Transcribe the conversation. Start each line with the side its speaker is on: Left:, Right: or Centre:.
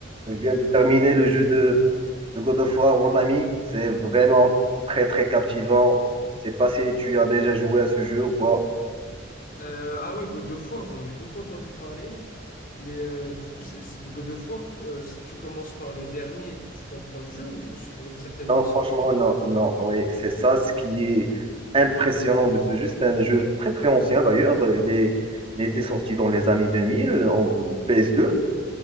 Right: Je viens de terminer le jeu de, de God of War, mon ami. C'est vraiment très, très captivant. Je sais pas si tu as déjà joué à ce jeu ou pas.
Left: Euh, ah ouais, God of War, j'en ai beaucoup entendu parler. Mais euh, du coup, c'est, c'est- God of War, euh, si tu commences par le dernier, tu comprends le jeu ou faut suivre une certaine
Right: Non,
Left: licence?
Right: franchement, non, non. Oui, c'est ça ce qui est impressionnant de ce jeu. C'est un jeu très, très ancien d'ailleurs. Il est, il était sorti dans les années 2000 en ps deux.